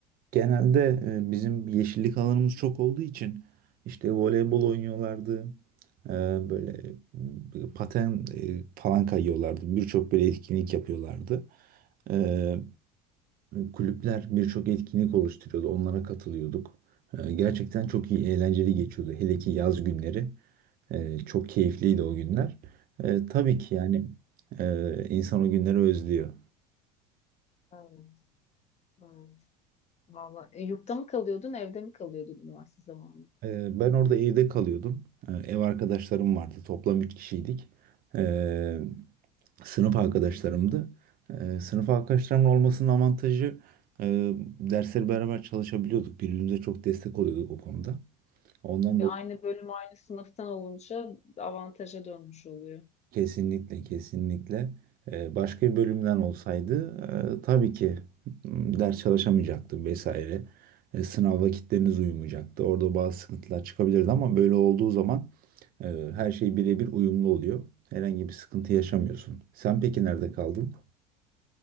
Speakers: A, on the right; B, on the left.
A: genelde e, bizim yeşillik alanımız çok olduğu için işte voleybol oynuyorlardı. Ee, böyle e, paten e, falan kayıyorlardı. Birçok böyle etkinlik yapıyorlardı. Ee, kulüpler birçok etkinlik oluşturuyordu. Onlara katılıyorduk. Ee, gerçekten çok iyi, eğlenceli geçiyordu. Hele ki yaz günleri. Ee, çok keyifliydi o günler. Ee, tabii ki yani e, insan o günleri özlüyor.
B: Evet, evet. Vallahi E, yurtta mı kalıyordun, evde mi kalıyordun üniversite zamanı?
A: Ee, Ben orada evde kalıyordum. Ee, Ev arkadaşlarım vardı. Toplam 3 kişiydik. Ee, sınıf arkadaşlarımdı. Ee, sınıf arkadaşlarımın olmasının avantajı e, dersleri beraber çalışabiliyorduk. Birbirimize çok destek oluyorduk o konuda. Ondan
B: Ve aynı bölüm aynı sınıftan olunca avantaja dönmüş oluyor.
A: Kesinlikle, kesinlikle. Ee, başka bir bölümden olsaydı e, tabii ki m, ders çalışamayacaktım vesaire. E, sınav vakitleriniz uyumayacaktı. Orada bazı sıkıntılar çıkabilirdi ama böyle olduğu zaman e, her şey birebir uyumlu oluyor. Herhangi bir sıkıntı yaşamıyorsun. Sen peki nerede kaldın?